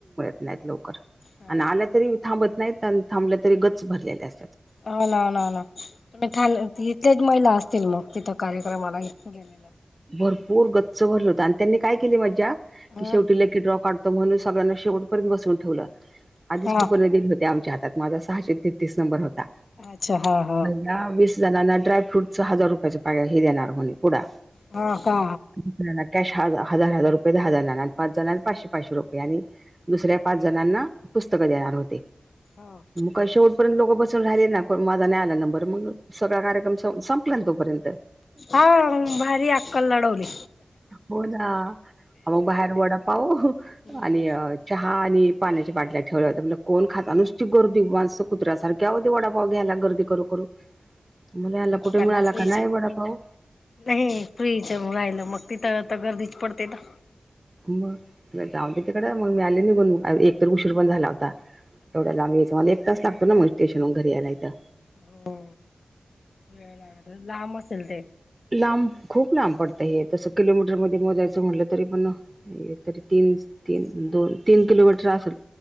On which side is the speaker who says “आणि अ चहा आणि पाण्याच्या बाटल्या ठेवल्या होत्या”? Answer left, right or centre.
Right